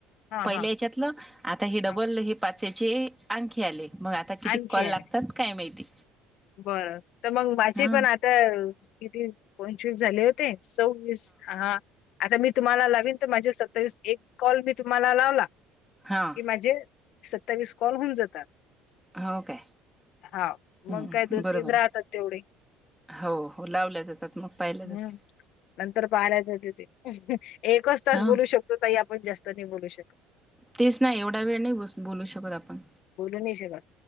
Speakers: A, on the left; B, in the centre.
A: हा
B: पहिल्या
A: हा
B: याच्यातलं आता हे डबल
A: हा
B: हे पाच ह्याचे आणखी आले मग आता किती
A: आणखी
B: कॉल लागतात.
A: आले
B: काय माहिती
A: बरं तर मग माझे
B: हा
A: पण आता किती पंचवीस झाले होते सव्वीस हा आता मी तुम्हाला लावीन तर माझ्या सत्तावीस एक कॉल मी तुम्हाला लावला
B: हा
A: कि माझे सत्तावीस कॉल होऊन जातात
B: हाव काय
A: हा
B: बरोबर
A: मग काय दोन तीन
B: आहे.
A: राहतात तेवढे
B: हो लावल्या जातात. मग पाहिल्या जातात
A: हम्म नंतर बारा वाजते एकच तास
B: हा
A: बोलू शक तो बाई आपण जास्त नाही बोलू शकत.
B: तेच ना एवढा वेळ नाही बसू बोलू शकत आपण.
A: बोलू नाही शकत